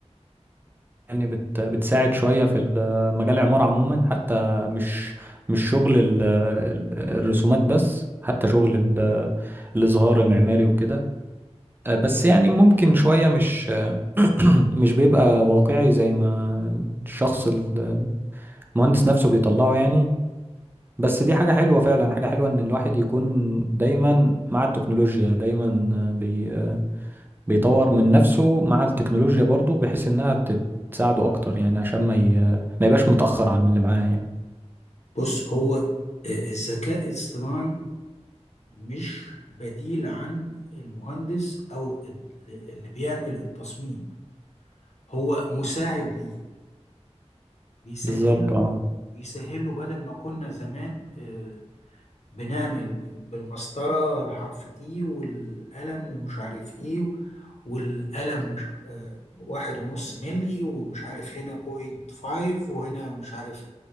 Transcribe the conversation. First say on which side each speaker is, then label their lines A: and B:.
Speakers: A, on the right; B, on the left.
A: يعني بت بتساعد شوية في ال- مجال العمارة عموما حتى مش مش شغل ال- ال- الرسومات بس حتى شغل ال- الإظهار المعماري وكده آه، بس يعني ممكن شوية مش <clears throat> مش بيبقى واقعي زي ما الشخص ال- المهندس نفسه بيطلعه يعني بس دي حاجة حلوة فعلا حاجة حلوة إن الواحد يكون دايما مع التكنولوجيا دايما آه، بي آه، بيطور من نفسه مع التكنولوجيا برضو بحيث إنها تت- تساعده أكتر يعني عشان ما ي... ما يبقاش متأخر عن اللي معاه يعني
B: بص هو آه، الذكاء الصناعي مش بديل عن المهندس او ال- اللي بيعمل التصميم هو مساعد ليه بيسهل
A: بالظبط
B: له
A: اه
B: بيسهل له بدل ما كنا زمان آه، بنعمل بن- بالمسطره الحرف تي والقلم ومش عارف ايه والقلم مش آه، واحد ونص ملي ومش عارف هنا بوينت فايف وهنا مش عارف